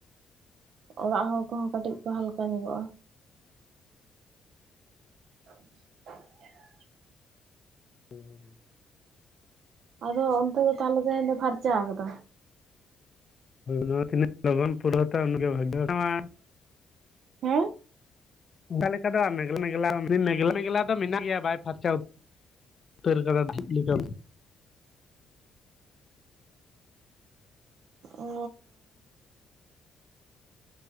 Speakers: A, on the right; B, on the left.
A: ᱚᱲᱟᱜ ᱦᱚᱲ ᱠᱚᱦᱚᱸ, ᱠᱟᱹᱴᱤᱡ ᱠᱚ ᱦᱟᱞᱠᱟ ᱧᱚᱜᱚᱜᱼᱟ᱾ <unintelligible> <unintelligible>
B: ᱦᱩᱸ,
A: ᱟᱫᱚ ᱚᱱᱛᱮ ᱫᱚ ᱛᱟᱦᱚᱞᱮ, ᱛᱮᱦᱮᱧ ᱫᱚ ᱯᱷᱟᱨᱪᱟ ᱠᱟᱫᱟ?
B: ᱱᱚᱣᱟ ᱛᱤᱱᱟᱹᱜ ᱞᱚᱜᱚᱱ ᱯᱩᱨᱟᱹᱣ ᱛᱮ ᱩᱱᱟᱜ ᱵᱷᱟᱜᱤ᱾ ᱫᱚᱟᱱ <unintelligible> <unintelligible>
A: ᱦᱮᱸ
B: ᱚᱱᱠᱟ ᱞᱮᱠᱟ ᱫᱚ, ᱢᱮᱜᱽᱞᱟ ᱢᱮᱜᱞᱟ ᱢᱮᱜᱞᱟ ᱢᱮᱜᱞᱟ ᱫᱚ, ᱢᱮᱱᱟᱜ ᱜᱮᱭᱟ ᱵᱟᱭ ᱯᱷᱟᱨᱪᱟ ᱩᱛ ᱩᱛᱟᱹᱨ ᱠᱟᱫᱟ ᱡᱷᱤᱡ ᱞᱮᱠᱟ᱾
A: ᱚᱻ